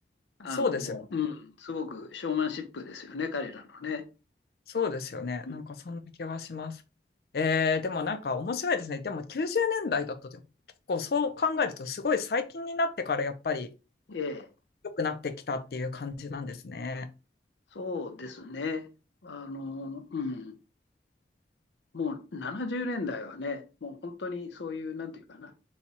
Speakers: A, on the left; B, on the left.
A: あの、
B: そうですよね。
A: うん、すごくショーマンシップですよね、彼らのね。
B: そうですよね。
A: うん
B: なんかそんな気はします。えー、でもなんか面白いですね。でも90年代だいだと結構そう考えるとすごい最近になってからやっぱり
A: ええ、
B: 良くなってきたっていう感じなんですね。
A: そうですね。あの、うん、もう70年代はね、もう本当にそういう、なんていうかな、